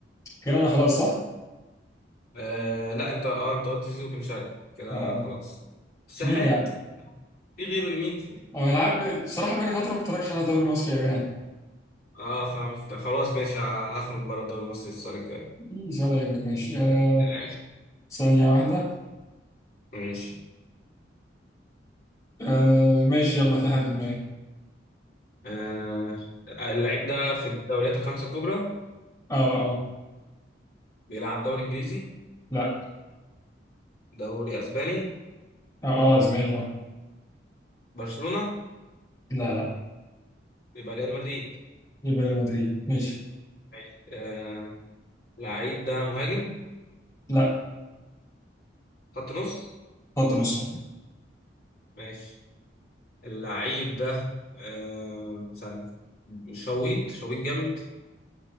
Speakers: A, on the left (about 20°); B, on the left (about 55°).
A: كان انا خلاص صح؟
B: آه لا انت اه انت قلت زيزو بن شرقي كده
A: آه.
B: خلاص الشحات
A: مين يعني؟
B: في غيره يمين
A: أو العاب بصراحة بقالي فترة ما بتفرجش على الدوري المصري أوي يعني
B: <laughs> اه فاهم ده. خلاص ماشي ه- هخرج بره الدوري المصري السؤال الجاي
A: مش ولا يهمك ماشي آه.
B: آه،
A: ثانية واحدة
B: ماشي
A: آه. ماشي يلا في حد في دماغي
B: آه اللعيب ده في الدوريات الخمسة الكبرى
A: اه اه
B: بيلعب دوري انجليزي
A: لا
B: دوري اسباني
A: اه اه اسباني اه
B: برشلونة
A: لا لا
B: يبقى ريال مدريد
A: يبقى ريال مدريد ماشي
B: ماشي آه اللعيب ده مهاجم
A: لا
B: خط نص
A: خط نص
B: ماشي اللعيب ده آه ثانية شويط شويط جامد